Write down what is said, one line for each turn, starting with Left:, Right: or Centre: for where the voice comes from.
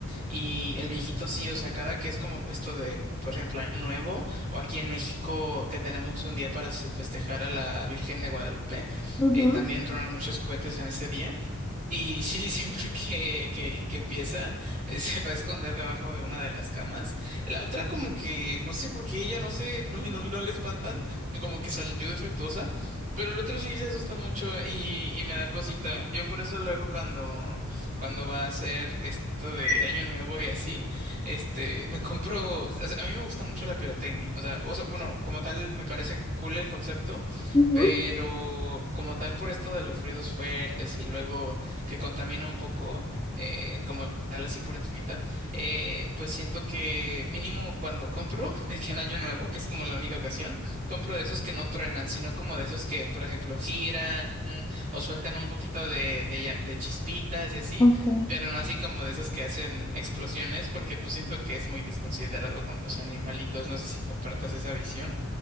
Right: Y el viejito sí, o sea, cada que es como esto de, por ejemplo, Año Nuevo, o aquí en México que tenemos un día para se- festejar a la Virgen de Guadalupe,
Left: Ujú.
Right: eh, también tronan muchos cohetes en ese día. Y sí, <laughs> siempre que, que, que empieza, eh, se va a esconder debajo de una de las camas. La otra como que, no sé por qué ella, no sé, <laughs> no, no, no le espantan, como que salió defectuosa, pero el otro sí se asusta mucho y, y me da cosita. Yo por eso luego cuando, cuando va a ser esto de Año Nuevo y así, este, me compro, o sea, a mí me gusta mucho la pirotecnia. O sea, o sea, bueno, como tal me parece cool el concepto,
Left: Ujú.
Right: pero como tal por esto de los ruidos fuertes y luego que contamina un poco, eh, como tal así por encimita, eh, pues siento que mínimo cuando compro, <laughs> de que en Año Nuevo, que es como la única ocasión, compro de esos que no truenan, sino como de esos que, por ejemplo, giran o sueltan un poquito de, de, ya- de chispitas y así,
Left: Ok.
Right: pero no así como de esos que hacen explosiones, porque pues siento que es muy desconsiderado con los animalitos. No sé si compartas esa visión.